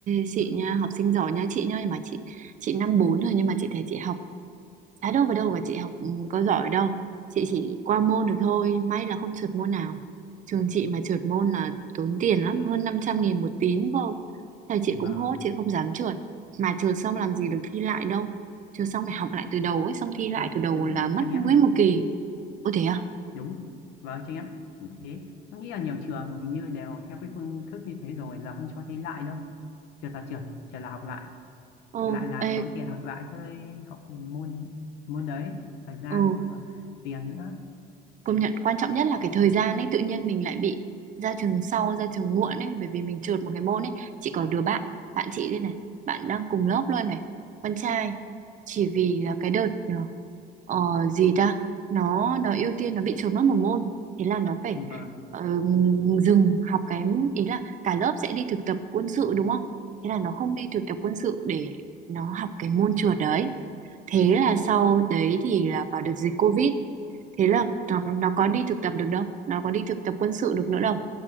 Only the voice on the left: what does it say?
Ừ,
vâng
đúng
đúng
ạ.
trường em
cũng
thế
đúng vâng trường em cũng thế em nghĩ là nhiều trường hình như đều theo cái phương thức như thế rồi là không cho thi lại đâu trượt là trượt trượt là học lại
học lại là
tốn tiền học lại cái học môn môn đấy thời gian
này thờ, tiền nữa
Vâng,